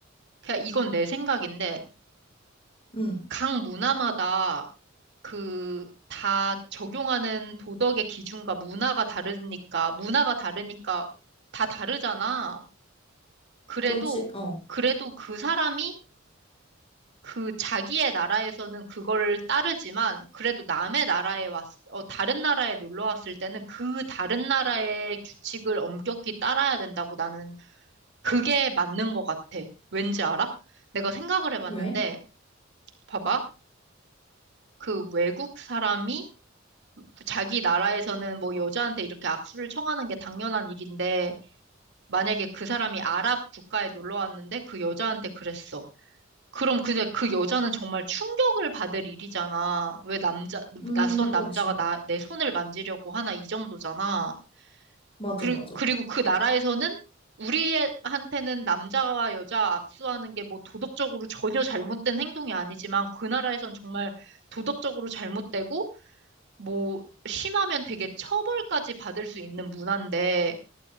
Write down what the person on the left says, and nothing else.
응,
그렇지? 어.
왜?
음,
그렇지.
맞아,
맞아.